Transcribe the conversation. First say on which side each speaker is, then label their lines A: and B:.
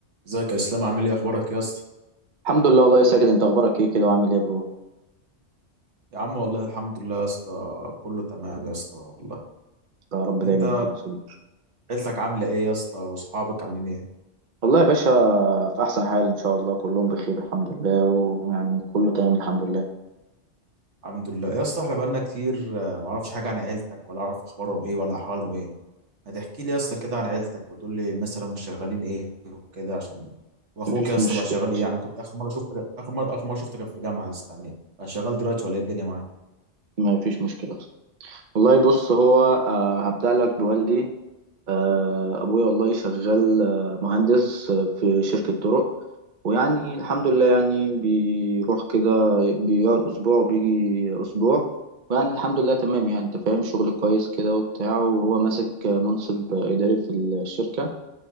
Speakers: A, on the right (about 70°); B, on the right (about 45°).
A: ازيك يا اسلام عامل ايه اخبارك يا اسطى
B: الحمد لله والله يا ساجد انت اخبارك ايه كده وعامل ايه يا برو
A: يا عم والله الحمد لله يا اسطى كله تمام يا اسطى والله
B: يا رب دايما
A: انت
B: كده يا صديقي
A: عيلتك عامله ايه يا اسطى واصحابك عاملين ايه
B: والله يا باشا في احسن حال ان شاء الله كلهم بخير الحمد لله ويعني كله تمام الحمد لله
A: الحمد لله يا اسطى احنا بقالنا كتير آه، ما اعرفش حاجه عن عيلتك ولا اعرف اخبارهم ايه ولا احوالهم ايه ما تحكي لي يا اسطى كده عن عيلتك وتقول لي مثلا هم شغالين ايه وكده عشان واخوك
B: مفيش
A: يا اسطى
B: مشكله
A: بقى شغال ايه
B: صح
A: يعني كنت اخر مره شفت اخر مره اخر مره شفته كان في جامعه يا اسطى يعني بقى شغال دلوقتي ولا ايه الدنيا معاك
B: مفيش مشكله صح. والله بص هو آه، هبدأ لك بوالدي آه، ابويا والله شغال آه، مهندس آه، في شركة طرق ويعني الحمد لله يعني بيروح كده بيقعد أسبوع وبيجي أسبوع ويعني الحمد لله تمام يعني أنت فاهم شغل كويس كده وبتاع وهو ماسك منصب إداري في الشركة